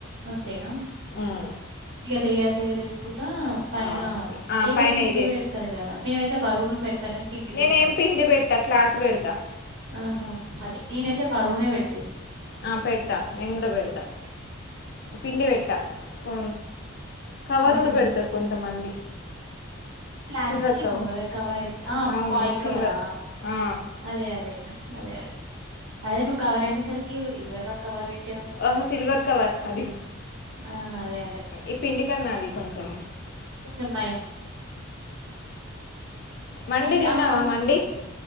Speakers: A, on the right (about 75°); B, on the left (about 50°).
A: అంతేనా
B: ఉమ్
A: ఇగ లేయర్ లేయర్ ఏసుకు టా పైన
B: ఆ ఆ,
A: ఏదో
B: పైన
A: పిండి
B: ఇదేసి
A: పెడతారు కదా మేమైతే బరువును పెట్టగాన్ పిండి
B: నేనేం
A: పెట్టం
B: పిండి పెట్టా క్లాత్ పెడతా
A: ఆహా అదే నేనైతే బరువునే పెట్
B: ఆ పెడతా నీన్ కూడా పెడతా పిండి పెట్టా పో కవరుడా
A: అదే అదే
B: పెడతారు కొంతమంది
A: ప్లాస్టిక్
B: సిల్వర్
A: ఏమో
B: కవర్
A: కదా కావరైత్ ఆ
B: అవును
A: ఫాయిల్
B: సిల్వర్
A: కవరా
B: ఆ
A: అదే అదే అదే అదే అదే నువ్వు కవర్ అనేసరికి ఇవర కవర్ పెట్
B: ఆహ సిల్వర్ కవర్ అది
A: ఆ అదే
B: ఈ పిండి కన్నా అది కొంచం
A: కొంచం నైం
B: మండి
A: ఈ
B: తిన్నావా
A: ఆ
B: మండి